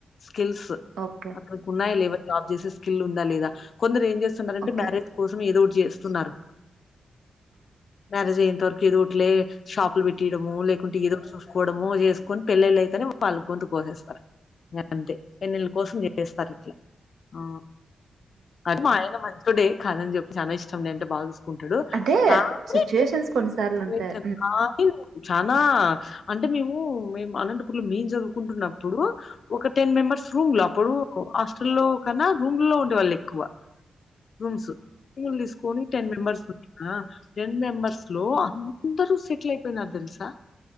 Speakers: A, on the left; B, on the right.
A: స్కిల్స్
B: ఓకే
A: అతనికి ఉన్నాయ లేవా జాబ్ చేసే స్కిల్ ఉందా లేదా కొందరేం చేస్తున్నారంటే
B: ఓకే
A: మ్యారజ్ కోసం ఏదో ఒకటి తున్నారు మ్యారేజ్ అయ్యేంత వరకు ఏదోఓట్లే షాపులు పెట్టి డము లేకుంటే ఏదో ఒకటి చూసు సుకోవడము చేసుకొని పెళ్లళ్లు అయితేనే వాళ్ళు గొంతు కోసేస్తారు ఇంగ అంతే పెళ్లిళ్ల కోసం చేస్తారు ఇట్ల ఆ అదే మాఆయన మంచి టుడే కాదని చెప్పు చానా ఐష్ చంనే అంటే బాగ చు కుంటాడు
B: అంటే
A: కానీ
B: సిచ్యుయేషన్స్ కొన్నిసార్లు ఉంటాయి
A: వేచన్ కానీ చానా అంటే మేము మేము అనంటపూర్ లో మేమ్ చదువుకుంటున్నప్పుడు ఒక టెన్ మెంబర్స్ రూమ్ లో అప్పుడు హాస్ హస్టల్లో కన్నా రూమ్లో ఉండే వాళ్ళు ఎక్కువ రూమ్స్ రూములు తీస్ ఓన్లీ టెన్ మెంబర్సు ఆ టెన్ మెంబర్స్ లో అందరూ సెటిల్ అయిపోయినార్ తెలుసా